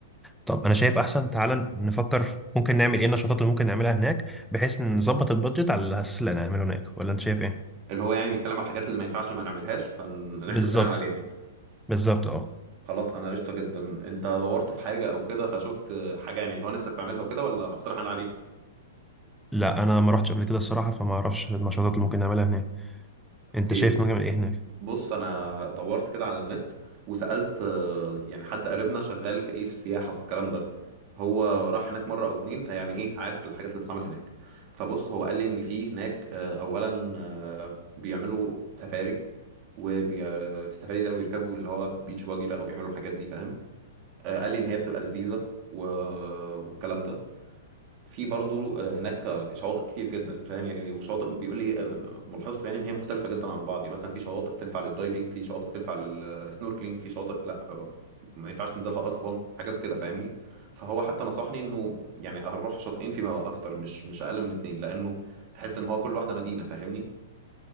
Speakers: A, in the centre; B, on the right.
A: طب انا شايف احسن تعالى نفكر في ممكن نعمل ايه النشاطات اللي ممكن نعملها هناك بحيث نظبط البادجت على الاساس اللي هنعمله هناك ولا انت شايف ايه
B: اللي هو يعني نتكلم على الحاجات اللي ما ينفعش ما نعملهاش فنحسب
A: بالظبط
B: بناء عليها يعني
A: بالظبط اه
B: خلاص انا قشطه جدا انت دورت في حاجه او كده فشفت حاجه يعني اللي هو نفسك تعملها وكده ولا اقترح انا عليك
A: لا انا ما رحتش قبل كده الصراحة فما اعرفش النشاطات اللي ممكن نعملها هناك
B: اوكي
A: انت شايف ممكن نعمل ايه هناك
B: بص انا دورت كده على النت وسالت آه، يعني حد قريبنا شغال في ايه في السياحه وفي الكلام ده هو راح هناك مره او اتنين فيعني ايه عارف الحاجات اللي بتتعمل هناك فبص هو قال لي ان في هناك آه، اولا آه، بيعملوا سفاري وبي... في السفاري ده بيركبوا اللي هو بيتش باجي بقى وبيعملوا الحاجات دي فاهم آه، قال لي ان هي بتبقى لذيذه و... والكلام ده في برضو آه، هناك آه، شواطئ كتير جدا فاهم يعني وشواطئ بيقول لي آه، ملاحظته يعني ان هي مختلفه جدا عن بعض يعني مثلا في شواطئ تنفع للدايفنج في شواطئ تنفع للسنوركلينج في شواطئ لا آه، ما ينفعش تنزلها اصلا حاجات كده فاهمني فهو حتى نصحني انه يعني اروح شاطئين فيما اكتر مش مش اقل من اتنين لانه تحس ان هو كل واحده مدينه فاهمني